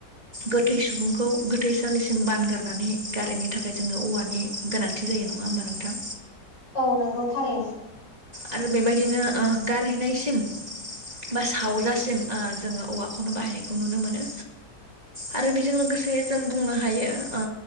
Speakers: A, on the right; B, on the left.
A: गोथै सुबुंखौ गोथैसालिसिम बानगारनानै गारनो थाखाय जोंनो औवानि गोनांथि जायो नंङा होमबा नोंथां?
B: औ नोंगौ थारैनो।
A: आरो बेबायदिनो ओ गारहैनायसिम बा सावजासिम ओ जोंङो औवाखौनो बाहायनायखौ नुनो मोनो आरो बेजों लोगोसे जों बुंनो हायो ओ